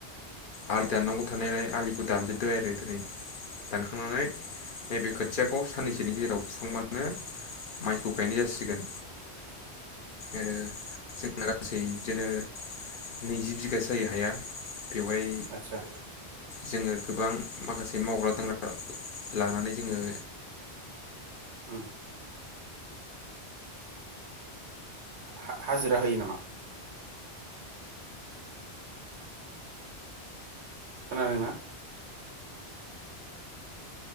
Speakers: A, on the left (about 55°); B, on the right (about 80°).
A: आलि दाननांगौ थानायलाय आलिखौ दानजोबबाय आरो दिनै दानखांनानै नैबे खोथियाखौ साननैसोनि गेजेराव फुखांबानो माइखौ गायनाय जासिगोन। आरो जोंहा गासै बिदिनो नैजि बिगासो जायो हाया। बेवहाय
B: आदसा
A: जोङो गोबां माखासे मावग्रा दांग्रा लानानै जोङो
B: उम। हा-हा-हाजिरा होयो नामा? खोनादोंंना?